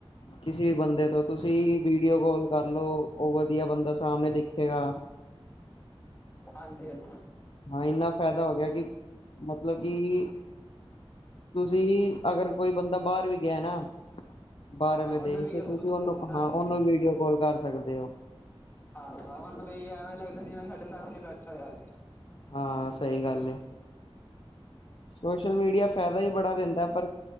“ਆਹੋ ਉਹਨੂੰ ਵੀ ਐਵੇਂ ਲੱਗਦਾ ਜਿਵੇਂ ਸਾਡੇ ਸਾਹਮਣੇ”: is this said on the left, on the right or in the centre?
Left